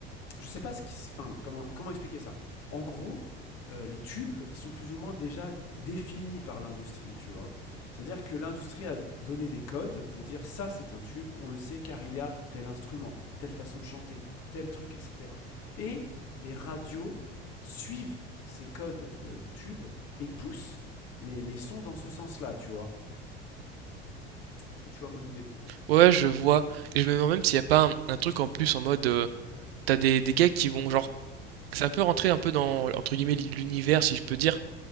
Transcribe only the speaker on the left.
je sais pas ce qui, s- enfin, comment, comment expliquer ça. En gros, euh, les tubes, ils sont plus ou moins déjà définis par l'industrie, tu vois. C'est-à-dire que l'industrie a donné des codes pour dire ça, c'est un tube, on le sait car il y a tel instrument, telle façon de chanter, tel truc, etc. Et les radios suivent ces codes de, de tubes et poussent les, les sons dans ce sens-là, tu vois. Est-ce que tu vois mon idée